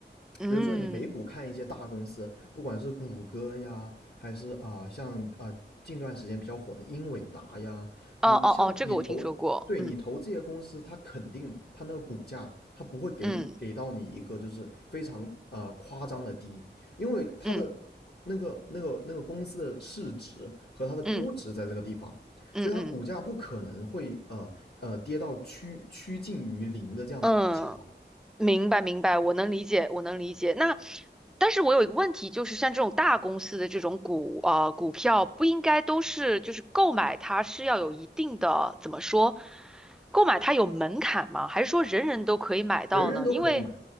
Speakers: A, in the centre; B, on the left (about 60°).
A: 嗯，
B: 比如说你美股看一些大公司，不管是谷歌呀，还是啊、像啊、近段时间比较火的英伟达呀，
A: 哦哦哦，
B: 你像你投，
A: 这个我听说过，
B: 对你投这些公司，
A: 嗯
B: 它肯定它那个股价，它不会给你给到你一个就是非常呃夸张的低，
A: 嗯
B: 因为它的
A: 嗯
B: 那个那个那个公司的市值和它的估值在这个地方，
A: 嗯嗯嗯
B: 所以它股价不可能会呃呃跌到趋趋近于零的这样子一个情况，
A: 嗯，明白，明白，我能理解，我能理解。那，但是我有一个问题，就是像这种大公司的这种股啊、呃股票，不应该都是就是购买它是要有一定的怎么说，购买它有门槛吗？还是说人人都可以买到呢？
B: 人人都可以买。
A: 因为